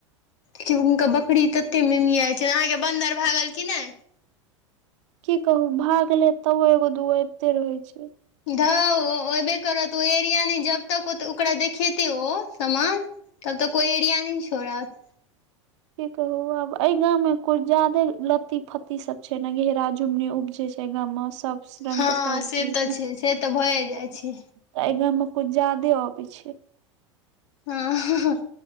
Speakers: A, on the left; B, on the right.
A: क्यों हुनका बकरी के तेते मेमयाइ छै, अहाँ के बन्दर भागल कि नय।
B: की कहू भाग ले, तबो एगो दू गो अबिते रहै छै।
A: धोअ ओ ऐबे करत ओ एरिया नय जब <unintelligible> तै ओकरा देखेतय ओ सामान तब तक ओ एरिया नै छोड़त
B: की कहु आब ए गांव मे कुछ जादे लत्ती-फत्ती सब छै नै घेरा झुमनी उबजय छै। ऐ गाम मे सब स रंग
A: हँ
B: के सब्जी
A: से तऽ
B: तै
A: छै से तऽ भए जाइ छै
B: ए गाम में कुछ जादे अबय छै।
A: हां